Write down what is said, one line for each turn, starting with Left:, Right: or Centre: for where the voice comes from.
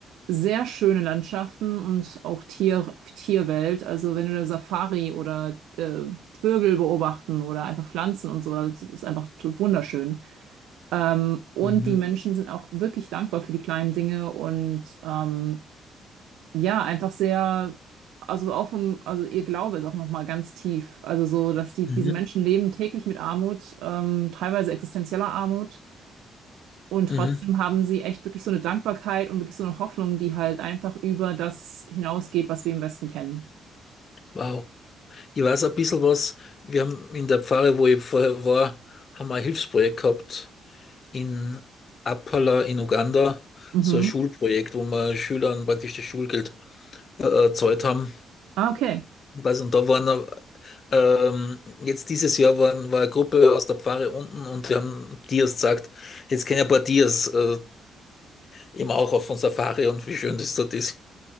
Right: sehr schöne Landschaften und auch Tier Tierwelt. Also wenn du eine Safari oder äh, Vögel beobachten oder einfach Pflanzen und so, das ist einfach t- wunderschön. Ähm, und
Left: Mhm.
Right: die Menschen sind auch wirklich dankbar für die kleinen Dinge und ähm, ja, einfach sehr, also auch vom, also ihr Glaube ist auch nochmal ganz tief. Also so, dass die,
Left: Mhm.
Right: diese Menschen leben täglich mit Armut, ähm, teilweise existenzieller Armut. Und
Left: Mhm.
Right: trotzdem haben sie echt wirklich so eine Dankbarkeit und wirklich so eine Hoffnung, die halt einfach über das hinausgeht, was wir im Westen kennen.
Left: Wow. Ich weiß ein bisschen was. Wir haben in der Pfarre, wo ich vorher war, haben wir ein Hilfsprojekt gehabt in Apala in Uganda.
Right: Mhm.
Left: So ein Schulprojekt, wo wir Schülern praktisch das Schulgeld äh, erzeugt haben.
Right: Ah, okay.
Left: Weiß und da waren äh, ähm, jetzt dieses Jahr waren, war eine Gruppe aus der Pfarre unten und die haben Dias gesagt, jetzt kennen ein paar Dias äh, eben auch auf von Safari und wie schön das dort ist.